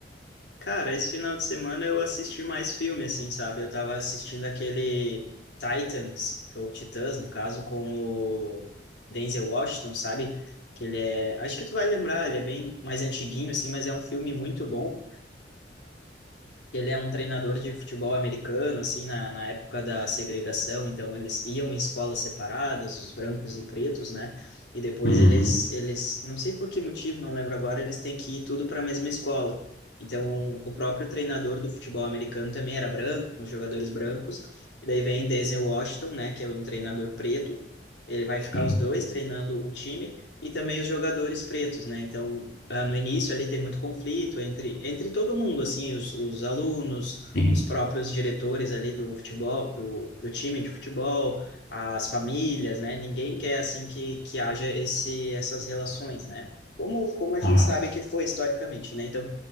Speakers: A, on the left (about 85°); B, on the left (about 65°).
A: Cara, esse final de semana eu assisti mais filme, assim, sabe? Eu tava assistindo aquele Titans, ou Titãs, no caso, com o Denzel Washington, sabe? Que ele é. Acho que tu vai lembrar, ele é bem mais antiguinho, assim, mas é um filme muito bom. Ele é um treinador de futebol americano, assim, na, na época da segregação, então eles iam em escolas separadas, os brancos e pretos, né? E depois
B: Uhum,
A: eles, eles, não sei por que motivo, não lembro agora, eles têm que ir tudo para a mesma escola. Então, o próprio treinador do futebol americano também era branco, com os jogadores brancos. E daí vem Denzel Washington, né, que é um treinador preto. Ele vai ficar
B: sim,
A: os dois treinando o time e também os jogadores pretos, né? Então, ah, no início ali tem muito conflito entre, entre todo mundo, assim, os, os alunos,
B: sim.
A: os próprios diretores ali do futebol, do, do time de futebol, as famílias, né? Ninguém quer, assim, que, que haja esse, essas relações, né? Como, como a gente
B: Ah,
A: sabe que foi historicamente, né? Então,